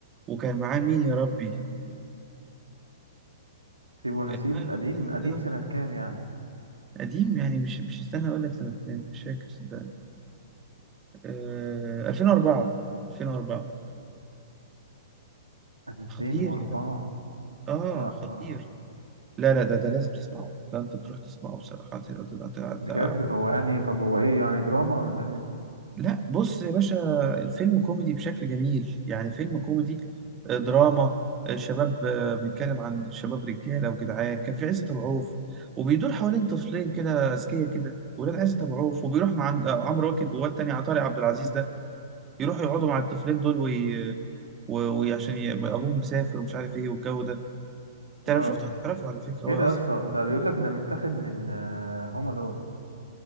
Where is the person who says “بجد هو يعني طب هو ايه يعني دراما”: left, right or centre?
Right